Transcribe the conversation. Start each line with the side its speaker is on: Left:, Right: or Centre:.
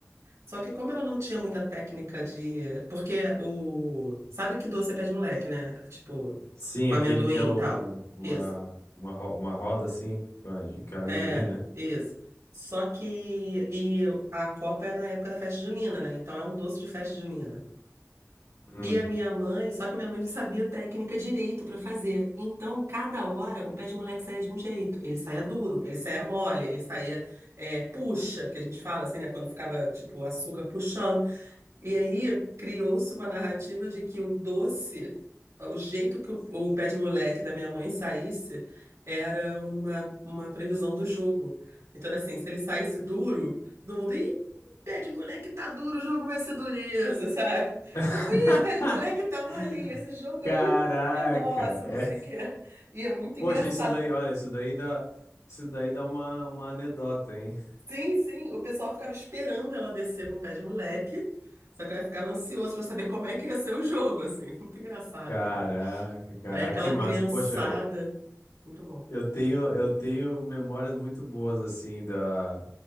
Right: Só que como ela não tinha muita técnica de... Porque o... Sabe que doce é pé de moleque, né? Tipo,
Left: Sim,
Right: com
Left: aquele
Right: amendoim
Left: que é um-
Right: e tal.
Left: uma,
Right: Isso.
Left: uma, ro- uma roda assim, que é que é amendoim,
Right: É,
Left: né?
Right: isso. Só que e a Copa é na época da festa junina, né? Então é um doce de festa junina.
Left: Hum.
Right: E a minha mãe, só que minha mãe não sabia técnica direito para fazer. Então, cada hora o pé de moleque saía de um jeito. Ele saía duro, ele saía mole, ele saía é, puxa, que a gente fala assim, né? Quando ficava tipo o açúcar puxando. E aí criou-se uma narrativa de que o doce, o jeito que o, o pé de moleque da minha mãe saísse, era uma, uma previsão do jogo. Então era assim, se ele saísse duro, todo mundo, ih, o pé de moleque tá duro, o jogo vai ser dureza, sabe?
Left: <laughs>
Right: Tipo, ih, o pé de moleque tá molinho, esse jogo
Left: Caraca.
Right: aí é nosso,
Left: é.
Right: não sei o quê. E é muito
Left: Poxa,
Right: engraçado,
Left: isso daí, olha, isso daí dá, isso daí dá uma, uma anedota, hein?
Right: Sim, sim, o pessoal ficava esperando ela descer com o pé de moleque, só que eu ficava ansioso pra saber como é que ia ser o jogo, assim, <laughs> muito engraçado,
Left: Caraca,
Right: cara.
Left: caraca,
Right: Aí aquela
Left: que massa.
Right: criançada,
Left: Poxa, eu,
Right: muito bom.
Left: eu tenho, eu tenho memórias muito boas, assim, da...